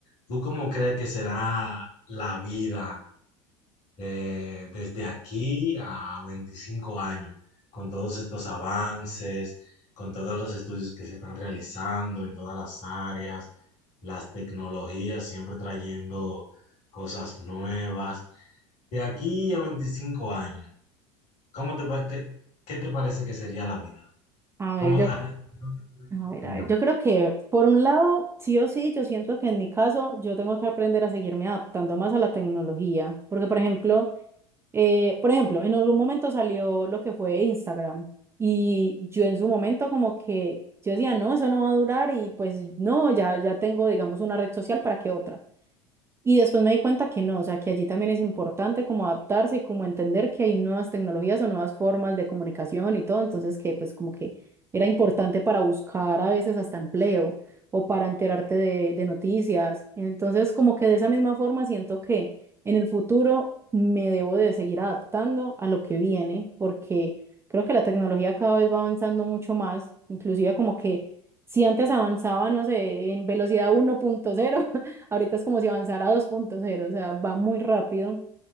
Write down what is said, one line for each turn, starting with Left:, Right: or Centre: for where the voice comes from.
Left: ¿tú cómo crees que será la vida de- desde aquí a 25 años, con todos estos avances, con todos los estudios que se están realizando en todas las áreas, las tecnologías siempre trayendo cosas nuevas? De aquí a 25 años, ¿cómo te, pa- qué, qué te parece que sería la vida?
Right: A
Left: ¿Cómo,
Right: ver, ya
Left: a dónde tú crees
Right: A
Left: que llegaríamos?
Right: ver, a ver, yo creo que por un lado, sí o sí, yo siento que en mi caso yo tengo que aprender a seguirme adaptando más a la tecnología, porque por ejemplo, eh, por ejemplo, en algún momento salió lo que fue Instagram y yo en su momento como que yo decía, no, eso no va a durar y pues no, ya, ya tengo, digamos, una red social para que otra. Y después me di cuenta que no, o sea, que allí también es importante como adaptarse y como entender que hay nuevas tecnologías o nuevas formas de comunicación y todo, entonces que pues como que era importante para buscar a veces hasta empleo o para enterarte de, de noticias. Entonces como que de esa misma forma siento que en el futuro me debo de seguir adaptando a lo que viene, porque creo que la tecnología cada vez va avanzando mucho más, inclusive como que si antes avanzaba, no sé, en velocidad uno punto cero Ahorita es como si avanzara a dos punto cero, o sea, va muy rápido